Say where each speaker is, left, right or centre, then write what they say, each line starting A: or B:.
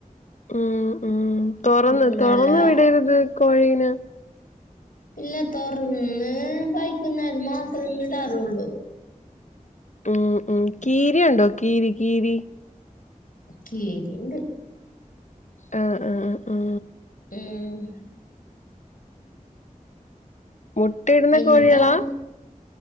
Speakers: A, on the left; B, on the left.
A: ഉം ഉം തുറന്ന്
B: പിന്നല്ല
A: തുറന്ന് വിടരുത് കോയിനെ
B: ഇല്ല തുറന്ന് വൈകുന്നേരം മാത്രമേ ഇടാറുള്ളൂ
A: ഉം ഉം കീരിണ്ടോ കീരി കീരി
B: കീറി ഇണ്ട്
A: ആഹ് ആഹ് ആഹ്
B: ഉം
A: മുട്ടയിടുന്ന
B: പിന്നെ
A: കോഴികളാ
B: താ